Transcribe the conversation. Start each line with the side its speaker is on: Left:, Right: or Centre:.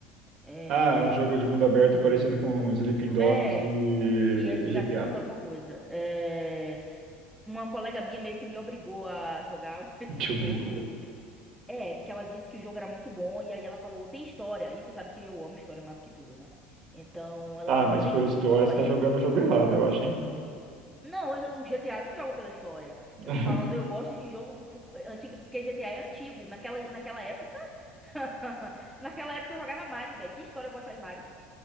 Centre: É,
Right: Ah, é um jogo de mundo aberto parecido com Sleeping Dogs
Centre: é,
Right: e
Centre: que é de
Right: GTA.
Centre: Yakuza alguma coisa. É, uma colega minha meio que me obrigou a jogar <laughs> esse
Right: Te obrigou.
Centre: jogo. É, porque ela disse que o jogo era muito bom, e aí ela falou, tem história. E você sabe que eu amo história mais do que tudo, né? Então ela
Right: Ah,
Centre: falou,
Right: mas
Centre: tem
Right: por história
Centre: história?
Right: você tá jogando o jogo errado, eu acho, hein?
Centre: Não, eu não- o GTA eu não jogo pela história.
Right: <laughs>
Centre: Eu tô falando, eu gosto de jogo por- eh, antiga- porque GTA é antigo. Naquela, naquela época. <laughs> Naquela época eu jogava Mario, velho. Que história eu vou achar em Mario?